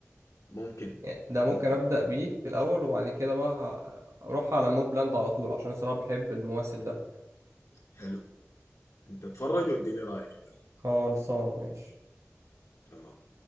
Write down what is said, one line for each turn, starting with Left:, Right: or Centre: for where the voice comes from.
Left: ممكن
Right: يعني ده ممكن
Left: ممكن
Right: ابدا بيه في الاول وبعد كده بقى ه- اروح على موبلاند على طول عشان صراحه بحب الممثل ده
Left: حلو انت اتفرج واديني رايك يا معلم
Right: خلصانة ماشي
Left: تمام